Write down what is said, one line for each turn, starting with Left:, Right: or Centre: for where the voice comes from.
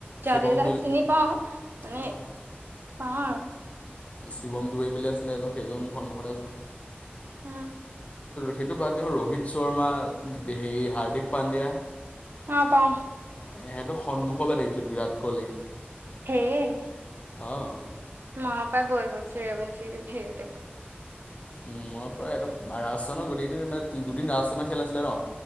Right: যাদে
Left: শিৱম
Right: দাক
Left: দুল
Right: চিনি পাওঁ মানে
Left: অঁ
Right: পাওঁ
Left: শিৱম দুৱে বুলি আছিলে এজন সেইজন মুখত মুখতে আছিল
Right: অ
Left: সেইটো বদ দিওঁ ৰোহিত শৰ্মা হেৰি হাৰ্দিক পাণ্ডিয়া
Right: অ পাওঁ
Left: সেহেতক সন্মুখৰ পৰা দেখিছোঁ বিৰাট কোহলি
Right: হেই
Left: অঁ
Right: মপ হয় বৈভৱ চিৰেৱঞ্চি হেৰিতে <unintelligible>
Left: উম মই প্ৰায় এহতক ৰাজস্থানৰ গোটেইকেইদিন মানে তিনি দুদিন ৰাজস্থানৰ খেল আছিলে ন